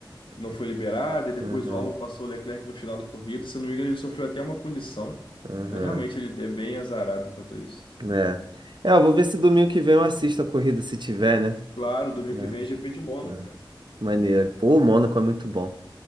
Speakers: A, on the left; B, on the right.
A: não foi liberado, e depois
B: Uhum,
A: o álbum passou o Leclerc no final da corrida. Se eu não me engano, ele sofreu até uma punição,
B: uhum.
A: né? Realmente ele é bem azarado quanto a isso.
B: É. É, eu vou ver se domingo que vem eu assisto a corrida, se tiver, né?
A: Claro, domingo
B: É,
A: que vem é GP de Mônaco,
B: é.
A: cara.
B: Maneiro. Pô, o Mônaco é muito bom.